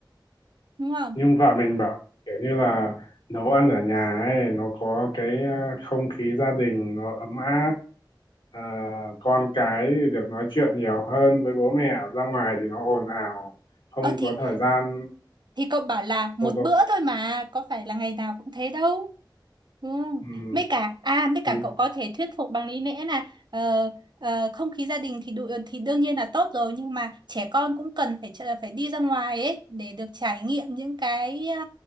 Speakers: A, on the right; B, on the left.
A: đúng không?
B: nhưng vợ mình bảo kiểu như là nấu ăn ở nhà ấy nó có cái à, không khí gia đình nó ấm áp à, con cái thì được nói chuyện nhiều hơn với bố mẹ ra ngoài thì nó ồn ào không
A: Ờ thì
B: có thời gian
A: thì cậu bảo là một
B: không có
A: bữa thôi mà có phải là ngày nào cũng thế đâu Ừ.
B: ừ,
A: Mấy cả à mấy
B: thì
A: cả cậu có thể thuyết phục bằng lý lẽ là ờ, ờ, không khí gia đình thì đủ thì đương nhiên là tốt rồi nhưng mà trẻ con cũng cần phải trở- phải đi ra ngoài ấy để được trải nghiệm những cái ờ,